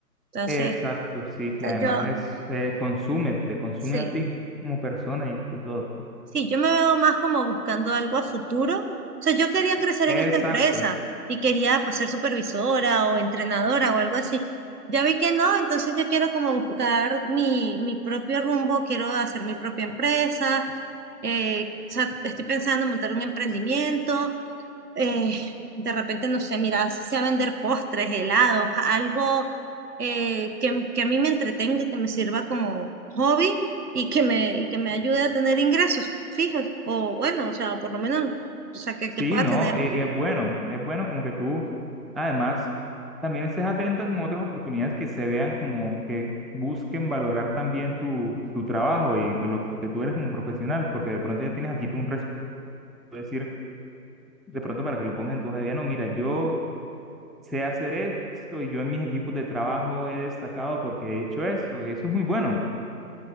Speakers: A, on the right; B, in the centre.
A: Entonces,
B: exacto,
A: o
B: sí, que
A: sea,
B: además
A: yo,
B: es, eh, consume, te consume
A: sí,
B: a ti como persona y de todo.
A: Sí, yo me veo más como buscando algo a futuro. O sea, yo quería crecer
B: Exacto.
A: en esta empresa y quería pues ser supervisora o entrenadora o algo así. Ya vi que no, entonces yo quiero como buscar mi, mi propio rumbo, quiero hacer mi propia empresa. eh, o sea, estoy pensando en montar un emprendimiento eh, de repente, no sé, mira, si sea vender postres, helados, algo eh, que, que a mí me entretenga, que me sirva como hobby y que me, y que me ayude a tener ingresos fijos, o bueno, o sea, por lo menos, o sea, que,
B: Sí,
A: que pueda
B: no,
A: tener
B: eh, es bueno, es bueno como que tú, además, también estés atenta como a otras oportunidades que se vean como que busquen valorar también tu, tu trabajo y lo que tú eres como profesional, porque de pronto ya tienes aquí tú un resumen, decir, de pronto para que lo pongas en tu hoja de vida, no, mira, yo sé hacer esto y yo en mis equipos de trabajo he destacado porque he hecho esto, y eso es muy bueno.